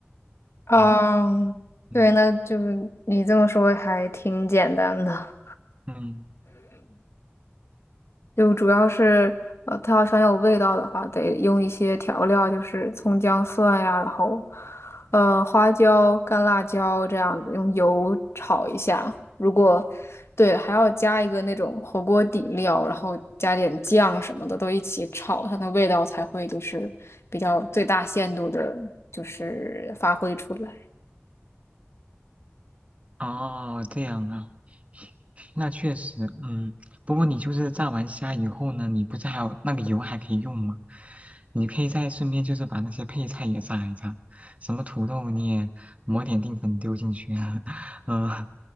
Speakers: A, on the left; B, on the right.
A: 嗯，
B: 嗯嗯
A: 对，那就是你这么说还挺简单的。
B: 嗯
A: 就主要是呃，它要想有味道的话，得用一些调料，就是葱姜蒜呀，然后呃花椒、干辣椒这样子，用油炒一下。如果对，还要加一个那种火锅底料，然后加点酱什么的，都一起炒，它的味道才会就是比较最大限度的，就是发挥出来。
B: 哦这样啊。那确实，嗯，不过你就是炸完虾以后呢，你不是还有那个油还可以用吗？你可以再顺便就是把那些配菜也炸一炸，什么土豆你也抹点淀粉丢进去啊，<laughs> 嗯，